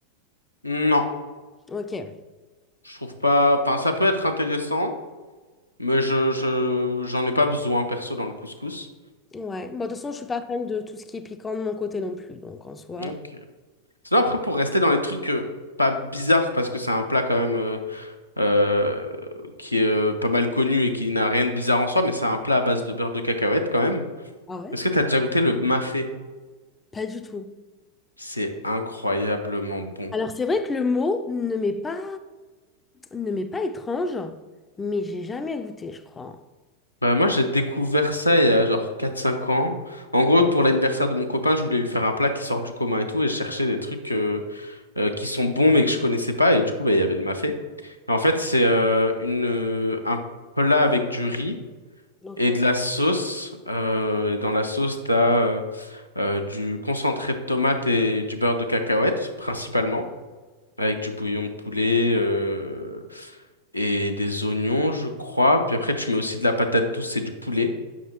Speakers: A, on the left; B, on the left.
A: Non,
B: Ok.
A: je trouve pas. Enfin, ça peut être intéressant, mais je, je, j'en ai pas besoin perso dans le couscous.
B: Ouais. Bon, de toute façon, je suis pas fan de tout ce qui est piquant de mon côté non plus. Donc, en soi,
A: Ok. Sinon, après, pour rester dans les trucs euh, pas bizarres, parce que c'est un plat quand même euh, euh, qui est euh, pas mal connu et qui n'a rien de bizarre en soi, mais c'est un plat à base de beurre de cacahuète quand même.
B: Ah ouais?
A: Est-ce que t'as déjà goûté le mafé?
B: pas du tout.
A: C'est incroyablement bon.
B: Alors, c'est vrai que le mot ne m'est pas, ne m'est pas étrange, mais j'ai jamais goûté, je crois.
A: Bah moi j'ai découvert ça il y a genre quatre cinq ans. En gros pour l'anniversaire de mon copain je voulais lui faire un plat qui sort du commun et tout et je cherchais des trucs euh, euh, qui sont bons mais que je connaissais pas et du coup bah, il y avait le mafé. Et en fait c'est euh, une euh, un plat avec du riz
B: Ok.
A: et de la sauce. Euh, et dans la sauce t'as euh, euh, du concentré de tomate et du beurre de cacahuète principalement. avec du bouillon de poulet euh, et des oignons, je crois. Puis après, tu mets aussi de la patate douce et du poulet.